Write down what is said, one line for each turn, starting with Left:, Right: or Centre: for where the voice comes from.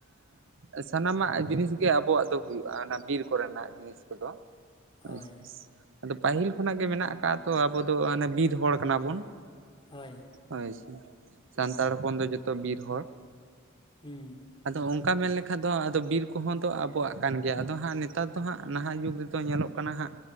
Right: ᱮᱸ ᱥᱟᱱᱟᱢᱟᱜ ᱡᱤᱱᱤᱥ ᱜᱮ ᱟᱵᱚᱣᱟᱜ ᱫᱚ ᱦᱩᱭᱩᱜᱼᱟ ᱚᱱᱟ ᱵᱤᱨ ᱠᱚᱨᱮᱱᱟᱜᱼᱜᱮ ᱾ ᱡᱤᱱᱤᱥ ᱠᱚᱫᱚ <unintelligible>
Left: ᱦᱳᱭ
Right: ᱟᱫᱚ ᱯᱟᱹᱦᱤᱞ ᱠᱷᱚᱱᱟᱜ ᱜᱮ ᱢᱮᱱᱟᱜ ᱠᱟᱜᱼᱟ ᱛᱚ ᱟᱵᱚ ᱫᱚ ᱚᱱᱮ ᱵᱤᱨ ᱦᱚᱲ ᱠᱟᱱᱟ ᱵᱚᱱ
Left: ᱦᱳᱭ
Right: ᱦᱳᱭ ᱥᱮ ᱥᱟᱱᱛᱟᱲ ᱦᱚᱯᱚᱱ ᱫᱚ ᱡᱚᱛᱚ ᱵᱤᱨ ᱦᱚᱲ ᱾
Left: ᱦᱩᱸ
Right: ᱟᱫᱚ ᱚᱱᱠᱟ ᱢᱮᱱ ᱞᱮᱠᱷᱟᱱ ᱫᱚ ᱟᱫᱚ ᱵᱤᱨ ᱠᱚᱦᱚᱸ ᱫᱚ ᱟᱵᱚᱣᱟᱜ ᱠᱟᱱ ᱜᱮᱭᱟ ᱟᱫᱚ ᱦᱟᱸᱜ ᱱᱮᱛᱟᱨ ᱫᱚ ᱦᱟᱸᱜ ᱱᱟᱦᱟᱜ ᱡᱩᱜᱽ ᱨᱮᱫᱚ ᱧᱮᱞᱚᱜ ᱠᱟᱱᱟ ᱠᱟᱱᱟ ᱦᱟᱸᱜ